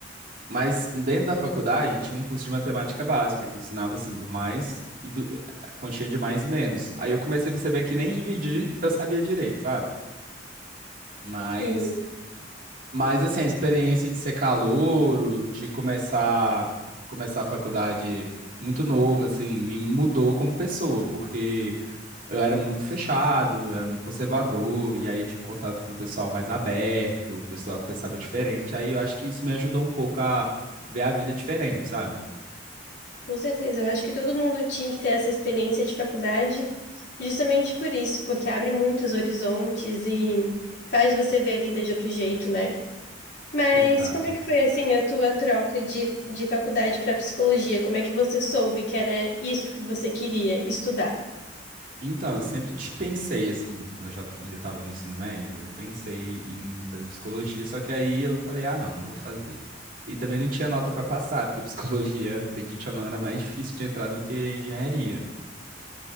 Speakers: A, on the right; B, on the left.
A: mas dentro da faculdade tinha um curso de matemática básica que ensinava assim do mais e do a continha de mais e menos. Aí eu comecei a perceber que nem dividir eu sabia direito, sabe? Mas
B: Sim.
A: Mas assim, a experiência de ser calouro, de começar começar a faculdade muito novo, assim, me mudou como pessoa, porque eu era muito fechado, era muito conservador, e aí eu tive contato com o pessoal mais aberto, o pessoal que pensava diferente. Aí eu acho que isso me ajudou um pouco a ver a vida diferente, sabe?
B: Com certeza, eu acho que todo mundo tinha que ter essa experiência de faculdade, justamente por isso, porque abre muitos horizontes e faz você ver a vida de outro jeito, né? Mas
A: Exato.
B: como é que foi assim a tua troca de, de faculdade para psicologia? Como é que você soube que era isso que você queria estudar?
A: Então, eu sempre te pensei, assim, quando eu já t- ainda estava no ensino médio, eu pensei em fazer psicologia, só que aí eu falei, ah, não, não vou fazer. E também não tinha nota para passar, porque psicologia, <laughs> acredite ou não, era mais difícil de entrar do que engenharia.